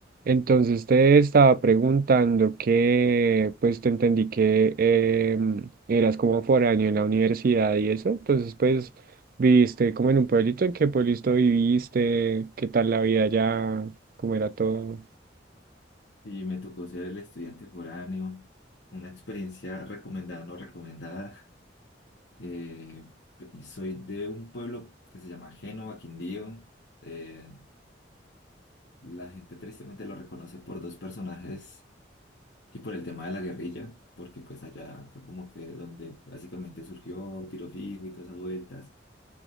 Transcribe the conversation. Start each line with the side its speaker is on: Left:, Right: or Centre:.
Right: Entonces te estaba preguntando que, pues te entendí que em, eras como foráneo en la universidad y eso, entonces pues viviste como en un pueblito, ¿en qué pueblito viviste? ¿Qué tal la vida allá? ¿Cómo era todo?
Left: Y me tocó ser el estudiante foráneo, una experiencia recomendada, no recomendada. Eh, y soy de un pueblo que se llama Génova, Quindío. Eh, la gente tristemente lo reconoce por dos personajes y por el tema de la guerrilla, porque pues allá fue como que donde básicamente surgió Tiro Fijo y todas esas vueltas.